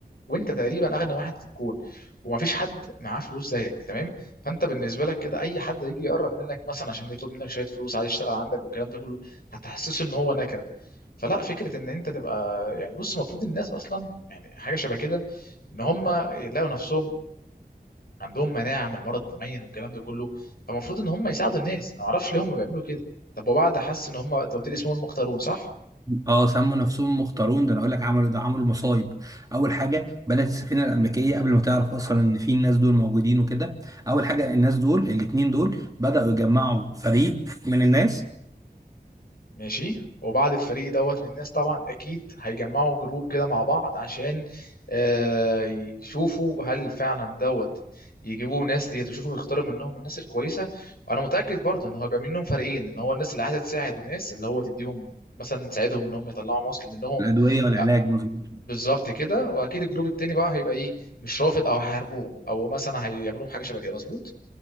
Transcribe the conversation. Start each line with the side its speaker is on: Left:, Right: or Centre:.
Left: وانت تقريبا اغنى واحد في الكون ومفيش حد معاه فلوس زيك تمام فانت بالنسبه لك كده اي حد هيجي يقرب منك مثلا عشان يطلب منك شويه فلوس عايز يشتغل عندك والكلام ده كله هتحسسه ان هو نكره فلا فكره ان انت تبقى يعني بص المفروض الناس اصلا يعني حاجه شبه كده ان هم يلاقوا نفسهم عندهم مناعه من مرض معين والكلام ده كله فالمفروض ان هم يساعدوا الناس انا ما اعرفش ليه هم بيعملوا كده طب وبعد حس ان هم انت قلت لي اسمهم المختارون صح
Right: اه سموا نفسهم مختارون ده انا اقول لك عملوا ده عملوا مصايب اول حاجه بنت السفينه الامريكيه قبل ما تعرف اصلا ان في الناس دول موجودين وكده اول حاجه الناس دول الاثنين دول بدأوا يجمعوا فريق من الناس
Left: ماشي وبعد الفريق دوت من الناس طبعا اكيد هيجمعوا جروب كده مع بعض عشان آه، يشوفوا هل فعلا دوت يجيبوا ناس ديت ويشوفوا يختاروا منهم الناس الكويسه وانا متاكد برضو ان هو يبقى منهم فريقين ان هو الناس اللي عايزه تساعد الناس اللي هو تديهم مثلا تساعدهم ان هم يطلعوا مصل منهم
Right: الادويه والعلاج
Left: آه،
Right: مظبوط
Left: بالظبط كده واكيد الجروب التاني بقى هيبقى ايه مش رافض او هيحاربوهم او مثلا هيعملوا حاجه شبه كده مظبوط